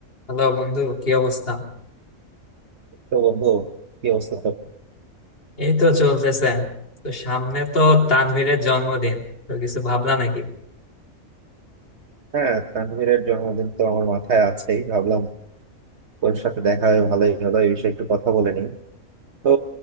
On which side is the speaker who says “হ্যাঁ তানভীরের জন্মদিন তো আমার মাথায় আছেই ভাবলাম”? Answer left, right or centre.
Right